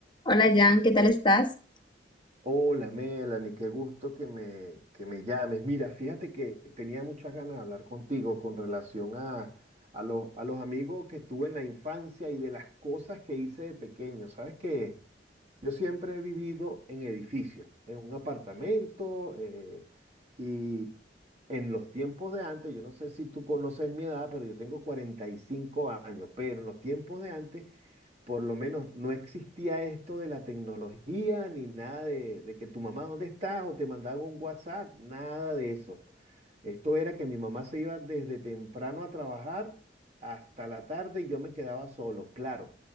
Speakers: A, on the left; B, on the right.
A: Hola Jan, ¿qué tal estás?
B: Hola Melanie, qué gusto que me, que me llames. Mira, fíjate que tenía muchas ganas de hablar contigo con relación a, a, los, a los amigos que tuve en la infancia y de las cosas que hice de pequeño. Sabes que yo siempre he vivido en edificios, en un apartamento eh, y en los tiempos de antes, yo no sé si tú conoces mi edad, pero yo tengo 45 años, pero en los tiempos de antes por lo menos no existía esto de la tecnología ni nada de, de que tu mamá, ¿dónde estás? o te mandaban un WhatsApp, nada de eso. Esto era que mi mamá se iba desde temprano a trabajar hasta la tarde y yo me quedaba solo. Claro,